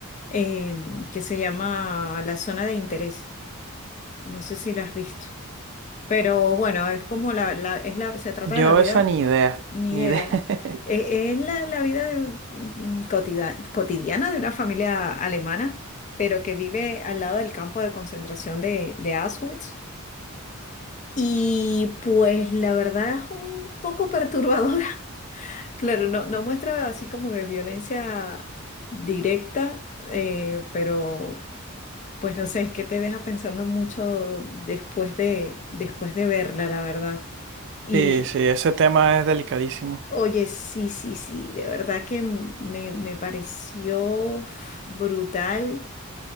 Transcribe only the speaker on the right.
Yo
esa ni idea,
ni
idea. <laughs>
Sí, sí, ese tema es delicadísimo.